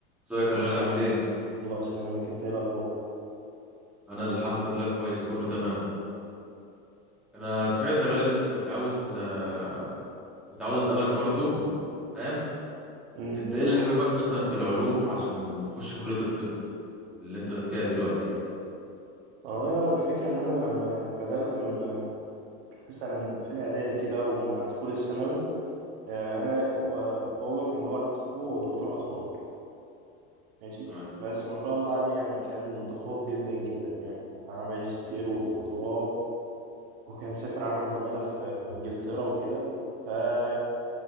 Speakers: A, in the centre; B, on the right.
A: ازيك يا غالي عامل ايه؟
B: الله يسلمك انت ايه الاخبار
A: انا الحمد لله كويس كله تمام انا سمعت يا غالي اللي انت كنت عاوز آه، كنت عاوز اسالك برضو فاهم
B: امم
A: انت ايه اللي حبيبك مثلا في العلوم عشان تخش كلية الطب اللي انت فيها دلوقتي
B: اه يا الفكره ان انا لما يعني بدات أم- مثلا في الاعدادي كده ومع دخول الثانوي آه، انا و- بابا كان له واحد صاحبه هو دكتور اطفال ماشي
A: اه
B: بس ما شاء الله عليه يعني كان متفوق جدا جدا يعني ومعاه ماجستير ودكتوراه وكان سافر عمل زماله في في انجلترا وكده فكان